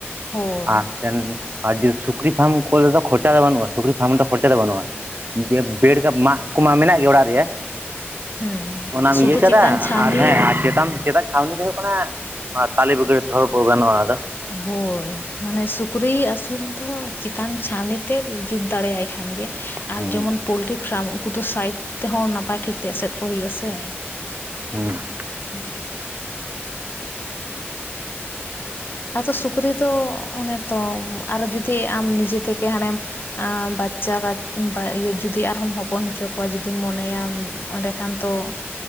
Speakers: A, on the left; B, on the right.
A: ᱦᱳᱭ
B: ᱟᱨ ᱢᱤᱫᱮᱱ ᱟᱨ ᱥᱩᱠᱨᱤ ᱯᱷᱟᱨᱢ ᱠᱚᱞᱫᱚ ᱠᱷᱚᱨᱪᱟ ᱫᱚ ᱵᱟᱹᱱᱩᱜ-ᱟ ᱥᱩᱠᱨᱤ ᱯᱷᱟᱨᱢ ᱨᱮᱫᱚ ᱠᱷᱚᱨᱪᱟ ᱫᱚ ᱵᱟᱹᱱᱩᱜ-ᱟ᱾ ᱵᱮᱲ ᱢᱟᱜ ᱠᱚᱢᱟ ᱢᱮᱱᱟᱜ ᱜᱮᱭᱟ ᱚᱲᱟᱜ ᱨᱮ᱾
A: ᱦᱩᱸ
B: ᱚᱱᱟᱢ
A: ᱥᱩᱫᱷᱩ
B: ᱤᱭᱟᱹ ᱠᱟᱫᱟ
A: ᱪᱮᱛᱟᱱ ᱪᱷᱟᱣᱱᱤ
B: ᱟᱨ ᱦᱮᱸ ᱟᱨ ᱪᱮᱛᱟᱢ ᱪᱮᱫᱟᱜ᱾ ᱪᱷᱟᱣᱱᱤ ᱫᱚ ᱦᱩᱭᱩᱜ ᱠᱟᱱᱟ ᱛᱟᱞᱮ ᱵᱟᱹᱜᱽᱲᱟᱹ ᱛᱮ ᱦᱚᱸ ᱜᱟᱱᱚᱜᱼᱟ ᱚᱱᱟ ᱫᱚ᱾
A: ᱦᱳᱭ ᱢᱟᱱᱮ ᱥᱩᱠᱨᱤ ᱟᱹᱥᱩᱞ ᱫᱚ ᱪᱮᱛᱟᱱ ᱪᱷᱟᱱᱤ ᱛᱮ ᱡᱩᱛ ᱫᱟᱲᱮᱭᱟᱭ ᱾ ᱠᱷᱟᱱ ᱜᱮ ᱟᱨ
B: ᱦᱩᱸ
A: ᱡᱮᱢᱚᱱ ᱯᱳᱞᱴᱨᱤ ᱯᱷᱟᱨᱢ ᱩᱱᱠᱩ ᱫᱚ ᱥᱟᱭᱤᱴ ᱛᱮᱦᱚᱸ ᱱᱟᱯᱟᱭ ᱴᱷᱤᱠ ᱛᱮ ᱮᱥᱮᱫ ᱠᱚ ᱦᱩᱭᱩᱜᱼᱟᱥᱮ᱾
B: ᱦᱩᱸ
A: <unintelligible> ᱟᱫᱚ ᱥᱩᱠᱨᱤ ᱫᱚ ᱚᱱᱮ ᱛᱚ ᱟᱨᱚ ᱡᱩᱫᱤ ᱟᱢ ᱱᱤᱡᱮ ᱛᱮᱠᱮ ᱦᱟᱱᱮᱢ᱾ ᱟᱸ ᱵᱟᱪᱪᱟ ᱡᱩᱫᱤ ᱟᱨᱦᱚᱢ ᱦᱚᱯᱚᱱ ᱦᱚᱪᱚ ᱠᱚᱣᱟ ᱡᱩᱫᱤᱢ ᱢᱚᱱᱮᱭᱟ ᱮᱸᱰᱮ ᱠᱷᱟᱱ᱾ ᱛᱚ